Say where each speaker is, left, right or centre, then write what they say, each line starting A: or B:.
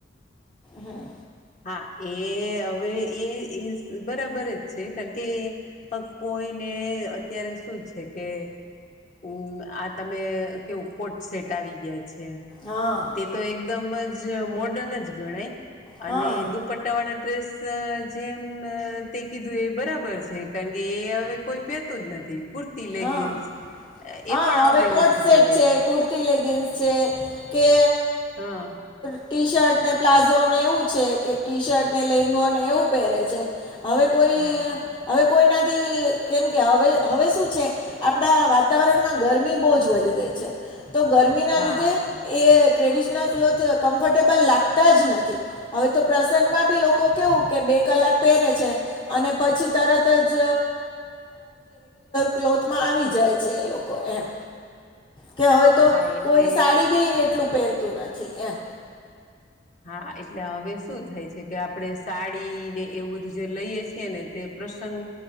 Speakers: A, on the left (about 25°); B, on the left (about 40°).
A: હમ
B: હા એ હવે એ બરાબર જ છે કારણ કે કોઈને કે અત્યારે શું છે કે હમ આ તમે કેવું કોટ સેટ આવી ગયા
A: હા
B: તે તો એકદમ જ મોર્ડન જ ગણાય
A: હા
B: અને દુપટ્ટાવાળા ડ્રેસ જેમ તે કીધું એ બરાબર છે કારણ કે એ હવે કોઈ પહેતું જ નથી કુર્તી લેગિન્સ
A: હા
B: એ
A: હા
B: પણ
A: હવે કોટ
B: ઓછું
A: સેટ
B: પહેરે
A: છે કુર્તી લેગિન્સ છે કે
B: હા
A: ટી શર્ટ ને પ્લાઝો ને એવું છે કે ટી શર્ટ ને લેંગોને એવું પહેરે છે હવે કોઈ
B: હા
A: હવે કોઈ ના કેમ કે હવે હવે શું આપડા વાતાવરણમાં ગરમી બહુ જ વધી ગઈ છે તો ગરમી ના
B: હા
A: લીધે એ ટ્રેડિશનલ ક્લોથ કમ્ફર્ટેબલ લાગતા જ નથી હવે તો પ્રસંગમાં બી લોકો કેવું કે બે કલાક પેરે છે અને પછી તરત જ ક્લોથમાં આવી જાય છે એ લોકો એમ કે હવે તો
B: હા એટલે
A: કોઈ સાડી બી એટલું પહેરતું નથી એમ
B: હા એટલે હવે શું થાય છે કે આપડે સાડી ને એવું બધું જે લઈએ છીએ ને તે પ્રસંગ